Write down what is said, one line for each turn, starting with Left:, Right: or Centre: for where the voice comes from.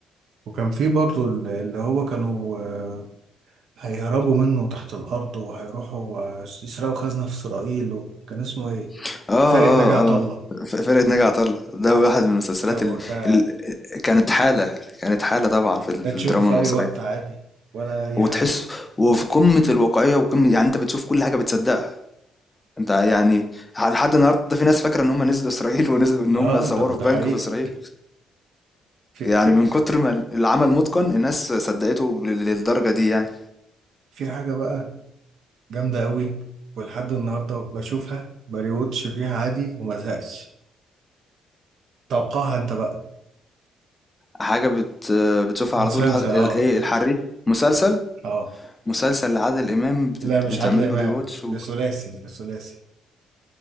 Right: وكان في برضه اللي اللي هو كانوا آه، هيهربوا منه تحت الأرض وهيروحوا آه، يسرقوا خزنة في إسرائيل وكان اسمه إيه؟
Left: اه
Right: فرقة
Left: اه
Right: ناجي عطا الله
Left: اه ف- فرقة ناجي عطا الله ده واحد من المسلسلات
Right: ده, ب-
Left: ال...
Right: ده
Left: ال... كانت حالة كانت حالة طبعا في, ال...
Right: ده
Left: في
Right: تشوفه
Left: الدراما
Right: في
Left: المصرية
Right: أي وقت عادي ولا أي
Left: وتحس
Right: حاجة
Left: وفي قمة الواقعية وقمة يعني انت بتشوف كل حاجة بتصدقها انت يعني لحد النهارده في ناس فاكرة ان هم نزلوا اسرائيل <laughs> ونزلوا ان
Right: آه
Left: هم صوروا
Right: ده ده
Left: في بنك
Right: حقيقي
Left: في اسرائيل
Right: في
Left: يعني
Right: في
Left: من كتر ما ال- العمل متقن الناس صدقته لل- للدرجة دي يعني
Right: في حاجة بقى جامدة أوي ولحد النهاردة بشوفها بريوتش فيها عادي وما زهقش توقعها أنت بقى
Left: حاجة بت... بتشوفها
Right: مسلسل
Left: على طول الح... ال-
Right: أه
Left: ايه الحريق مسلسل
Right: أه
Left: مسلسل لعادل امام بت...
Right: لا مش
Left: بتعمل
Right: عادل إمام
Left: له ريواتش
Right: ده ثلاثي ده ثلاثي